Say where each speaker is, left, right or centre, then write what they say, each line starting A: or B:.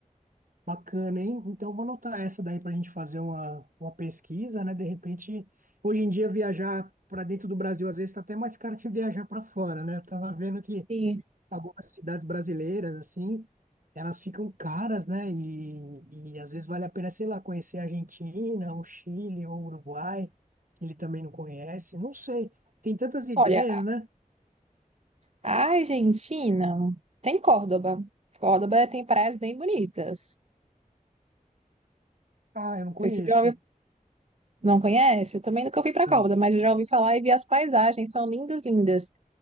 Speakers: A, on the right; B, on the right.
A: Bacana, hein? Então, vou anotar essa daí para a gente fazer uma, uma pesquisa, né? De repente, hoje em dia, viajar para dentro do Brasil às vezes está até mais caro que viajar para fora, né? Eu tava vendo que
B: E,
A: algumas cidades brasileiras, assim, elas ficam caras, né? E, e às vezes vale a pena, sei lá, conhecer a Argentina, o Chile, ou o Uruguai, que ele também não conhece. Não sei, tem tantas ideias,
B: olha,
A: né?
B: a Argentina tem Córdoba. Córdoba tem praias bem bonitas.
A: Ah, eu não conheço.
B: Não sei se você já ouviu Não conhece? Eu também nunca fui para
A: Não.
B: Córdoba, mas eu já ouvi falar e vi as paisagens, são lindas, lindas.